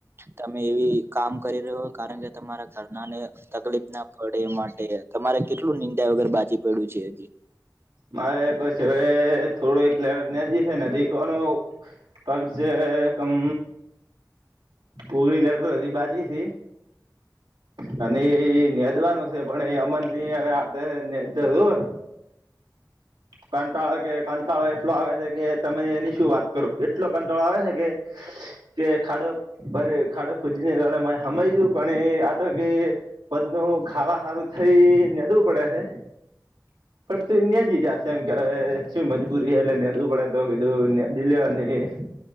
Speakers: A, on the right (about 35°); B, on the right (about 90°).
A: તમે એવી કામ કરી રહ્યો કારણ કે તમારા ઘરના ને તકલીફ ના પડે એ માટે. તમારે કેટલું નીંદા વગર બાજી પડ્યું છે હજી?
B: મારે બસ હવે થોડું એક લેર નેદવી છે નદી કોનું કમ છે કમ ઓગણી લેટર બાકીથી. <inaudible> અને એ નેદવાનું છે પણ એ હવે આપને નેદતા જોઇ કંટાળો કે કંટાળો એટલો આવે છે કે તમે એની શું વાત કરો એટલો કંટાળો આવે છે કે કે ખાડો અરે ખાડો ખોદીને જણ એમાં હમાય જવ પણ એ આ તો કે ફતનુ ખાવા સારું થઈ ને નેદવું પડે છે પણ તું નજી જા સે એમ કે શું મજબૂરી એ ને નેદવુ પડે તો ભી તો નેદી લેવાની.